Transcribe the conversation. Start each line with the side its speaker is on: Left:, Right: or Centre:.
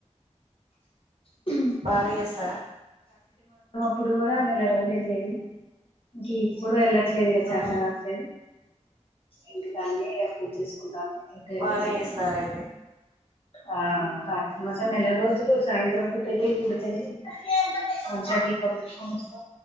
Left: అ
Right: బానే చేస్తారా
Left: ఇప్పుడు కూడా నెల రోజులు వెళ్ళలేదు ఇంక ఇప్పుడు వెళ్ళ రాట్లేదు ఇగ చాత
Right: ఆ
Left: కావట్లేదు ఇంటి కాడనే పూజ చేసుకుంటాను ఇంకా వెళ్ళట్లేదు
Right: బానే చేస్తారైతే
Left: ఆ కార్తీక మాసం నెల రోజులు సాయంత్రం పూట వెళ్ళి గుడికెళ్ళి మంచిగా దీపం పెట్టుకొని వస్తాం